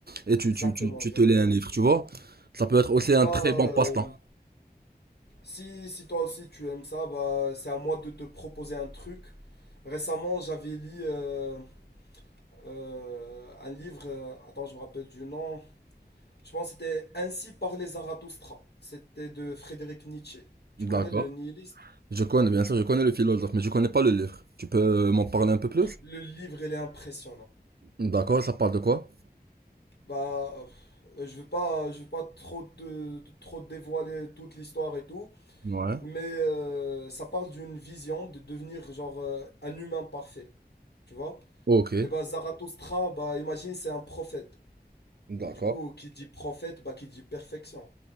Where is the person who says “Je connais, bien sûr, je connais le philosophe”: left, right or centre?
Right